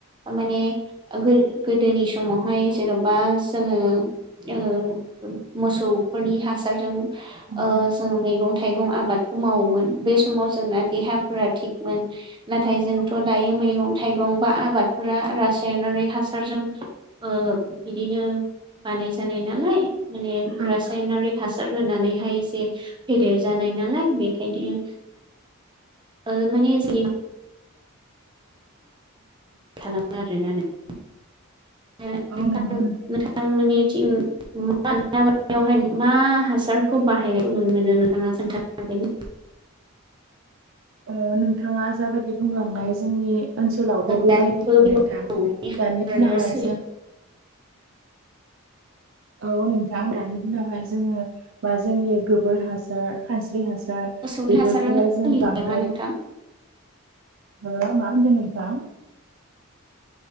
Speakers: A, on the right; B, on the right.
A: औ
B: माने गोदोनि समावहाय जेन'बा जोङो ओ मोसौफोरनि हासारजों
A: नंगौ
B: ओ जोङो मैगं थाइगं आबादखौ मावोमोन बे समाव जोंना देहाफोरा थिगमोन नाथाय
A: नंगौ
B: जोंथ' दायो मैगं थाइगं बा आबादफोरा रासायनारि हासारजों ओ बिदिनो बानाय जानाय नालाय माने रासायनारि
A: औ
B: हासार होनानैहाय एसे फेदेर जानाय नालाय बेखायनो‌ ओ माने जेरै खालामो आरोना नोंथां। <unintelligible>
A: औ नंगौ
B: नोंथां मोनिथिं <unintelligible> बेवहाय मा हासारखौ बाहायनायखौ नुनो मोनो नोंथाङा खोन्थानो हागोनना।
A: ओ नोंथाङा जाबायदि बुंलांनाय जोंनि ओनसोलावबो बेबायदियैनो
B: दासिमबो बे
A: नोंथां
B: हासारानो
A: दानि दिनावहाय
B: सोलियो
A: जों औ नोंथां दानि दिनावहाय जोङो बा जोंनि गोबोर हासार खानस्रि हासार
B: मोसौनि
A: बेफोरखौहाय
B: हासारानो सोलियो
A: जों बांद्राय
B: नामा नोंथां
A: हो मा होनदों नोंथां।